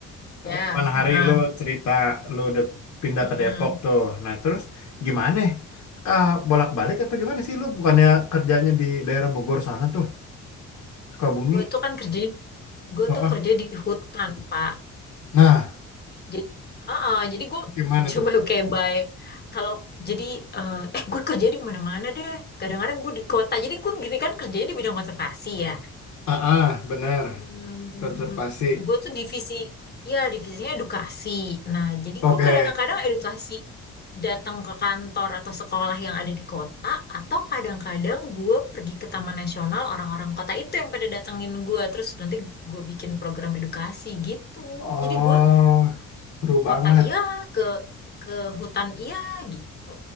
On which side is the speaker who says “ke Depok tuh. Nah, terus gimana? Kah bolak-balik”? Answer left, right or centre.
Left